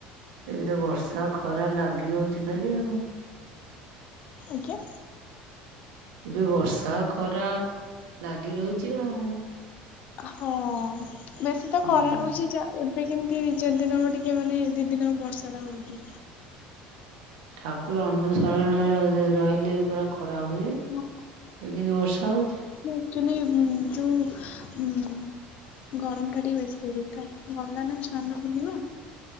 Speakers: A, on the right; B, on the left.
A: ଏବେ ତ ବର୍ଷା ତ ଖରା ଲାଗି ରହୁଚି ଖାଲି ଆଉ।
B: ଆଜ୍ଞା।
A: ଏବେ ବର୍ଷା ଖରା ଲାଗି ରହୁଚି ଆଉ।
B: ହଁ ବେଶୀ ତ
A: ହୁଁ
B: ଖରା ହଉଚି ଯା ଏବେ କେମିତି ଦିଇ ଚାରି ଦିନ ହବ ଟିକେ ମାନେ ଦିଦିନ ବର୍ଷା ଟା ହଉଚି।
A: ଠାକୁର ଅନୁସରଣ ର ରହିଲେ ପରା ଖରା ହୁଏ। ଏ
B: ହଁ
A: କେମତି ବର୍ଷା ହଉଚି।
B: ଆକ୍ଚୁଲି ଉ ଯୋଉ ଉ ଗରମ ଟା ଟିକେ ବେଶୀ ହୁଏ କା ଗଲା ନା ସ୍ନାନ ପୂର୍ଣ୍ଣିମା।